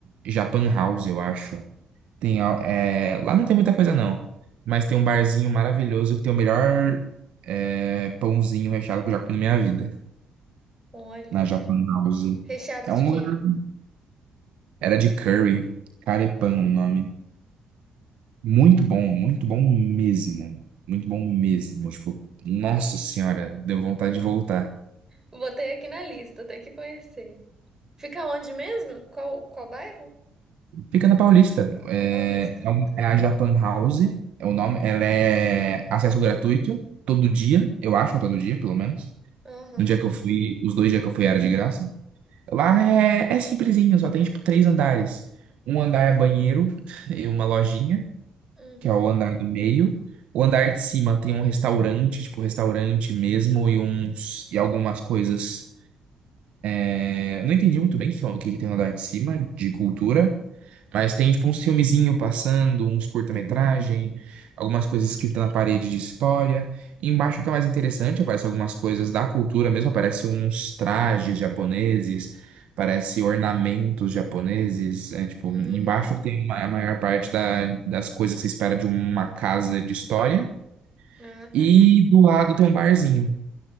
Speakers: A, on the right; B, on the right.
A: Japan House, eu acho. Tem, a- é, Lá não tem muita coisa, não. Mas tem um barzinho maravilhoso que tem o melhor é, pãozinho recheado que eu já comi na minha vida.
B: Olha.
A: Na Japan House.
B: Recheado
A: É
B: de
A: um
B: quê?
A: lugar... Era de curry. Carepan
B: Ah,
A: o nome. Muito bom, muito bom mesmo. Muito bom mesmo. Tipo, nossa senhora, deu vontade de voltar.
B: botei aqui na lista, tem que conhecer. Fica onde mesmo? Qual, qual bairro?
A: Fica na Paulista. É,
B: Na Paulista,
A: é, um-
B: tá.
A: é a Japan House, é o nome. Ela é acesso gratuito, todo dia, eu acho, é todo dia, pelo menos.
B: Aham,
A: No dia que eu fui, os dois dias que eu fui era de graça. Lá é, é simplesinho, só tem tipo três andares. Um andar é banheiro <laughs> e uma lojinha,
B: uhum,
A: que é o andar do meio. O andar de cima tem um restaurante, tipo restaurante mesmo, e uns e algumas coisas. É, eu não entendi muito bem o que, o que que tem no andar de cima de cultura. Mas tem, tipo, uns filmezinho passando, uns curta-metragem, algumas coisas escritas na parede de história. Embaixo fica mais interessante, aparece algumas coisas da cultura mesmo, aparece uns trajes japoneses, aparece ornamentos japoneses. É, tipo,
B: hum,
A: embaixo tem ma- a maior parte da- das coisas que você espera de uma casa de história.
B: Ah, tá.
A: E do lado tem um barzinho.